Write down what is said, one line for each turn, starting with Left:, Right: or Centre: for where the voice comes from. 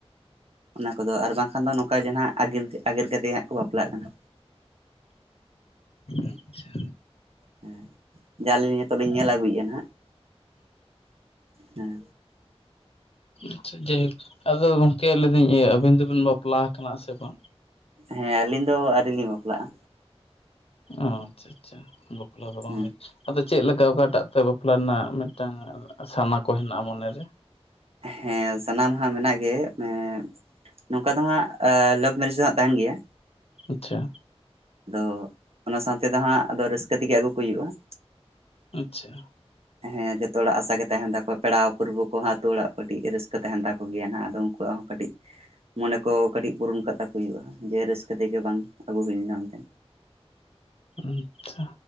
Right: ᱚᱱᱟ ᱠᱚᱫᱚ ᱟᱨ ᱵᱟᱝᱠᱷᱟᱱ ᱫᱚ ᱱᱚᱠᱟ ᱡᱟᱦᱟᱜ ᱟᱜᱤᱨ ᱟᱜᱤᱨ ᱠᱟᱛᱮ ᱦᱟᱜ ᱠᱚ ᱵᱟᱯᱞᱟᱜ ᱠᱟᱱᱟ
Left: ᱟᱪᱪᱷᱟ
Right: ᱦᱮ ᱡᱟ ᱟᱹᱞᱤᱧ ᱱᱤᱛᱚᱜ ᱞᱤᱧ ᱧᱮᱞ ᱟᱹᱜᱩᱭᱮᱫ-ᱟ ᱱᱟᱜ ᱦᱮᱸ
Left: ᱟᱪᱪᱷᱟ ᱡᱟᱭᱦᱳᱠ ᱟᱫᱚ ᱜᱚᱢᱠᱮ ᱞᱟᱹᱭ ᱫᱟᱹᱧ ᱟᱹᱵᱤᱱ ᱫᱚᱵᱤᱱ ᱵᱟᱯᱞᱟ ᱟᱠᱟᱱᱟ ᱥᱮ ᱵᱟᱝ
Right: ᱦᱮ ᱟᱹᱞᱤᱧ ᱫᱚ ᱟᱹᱣᱨᱤ ᱞᱤᱧ ᱵᱟᱯᱞᱟᱜ-ᱟ
Left: ᱚ ᱟᱪᱪᱷᱟ ᱟᱪᱪᱷᱟ ᱵᱟᱯᱞᱟ ᱫᱚ ᱵᱟᱝ
Right: ᱦᱮᱸ
Left: ᱦᱩᱭ ᱟᱫᱚ ᱪᱮᱫ ᱞᱮᱠᱟ ᱚᱠᱟᱴᱟᱜ ᱛᱮ ᱵᱟᱯᱞᱟ ᱨᱮᱱᱟᱜ ᱢᱤᱫᱴᱟᱝ ᱥᱟᱱᱟ ᱠᱚ ᱦᱮᱱᱟᱜ-ᱟ ᱢᱚᱱᱮ ᱨᱮ
Right: ᱦᱮ ᱥᱟᱱᱟᱢᱟᱜ ᱢᱮᱱᱟᱜ ᱜᱮ ᱢᱮᱼᱼ ᱱᱚᱝᱠᱟ ᱫᱚ ᱦᱟᱜ ᱞᱟᱵᱷ ᱢᱮᱨᱮᱡᱽ ᱫᱚ ᱦᱟᱜ ᱛᱟᱦᱮᱱ ᱜᱮᱭᱟ
Left: ᱟᱪᱪᱷᱟ
Right: ᱟᱫᱚ ᱚᱱᱟ ᱥᱟᱶᱛᱮ ᱫᱚ ᱦᱟᱜ ᱟᱫᱚ ᱨᱟᱹᱥᱠᱟᱹ ᱛᱮᱜᱮ ᱟᱹᱜᱩ ᱠᱚ ᱦᱩᱭᱩᱜ-ᱟ ᱾
Left: ᱟᱪᱪᱷᱟ
Right: ᱦᱮ ᱡᱚᱛᱚ ᱦᱚᱲᱟᱜ ᱟᱥᱟ ᱜᱮ ᱛᱟᱦᱮᱱ ᱛᱟᱠᱚᱣᱟ ᱯᱮᱲᱟ ᱯᱚᱲᱦᱩ ᱠᱚᱦᱟᱜ ᱟᱹᱛᱩ ᱚᱲᱟᱜ ᱠᱟᱹᱴᱤᱡ ᱨᱟᱹᱥᱠᱟᱹ ᱛᱟᱦᱮᱱ ᱛᱟᱠᱚ ᱜᱮᱭᱟ ᱱᱟᱜ ᱟᱫᱚ ᱩᱱᱠᱩ ᱩᱱᱠᱩᱣᱟᱜ ᱦᱚ ᱠᱟᱹᱴᱤᱡ ᱢᱚᱱᱮ ᱠᱚ ᱠᱟᱹᱴᱤᱡ ᱯᱩᱨᱩᱱ ᱟᱠᱟᱜ ᱛᱟᱠᱚ ᱦᱩᱭᱩᱜ-ᱟ ᱡᱮ ᱨᱟᱹᱥᱠᱟᱹ ᱛᱮᱜᱮ ᱵᱟᱝ ᱟᱹᱜᱩ ᱦᱩᱭ ᱞᱮᱱᱟ ᱢᱮᱱᱛᱮ
Left: ᱟᱪᱪᱷᱟ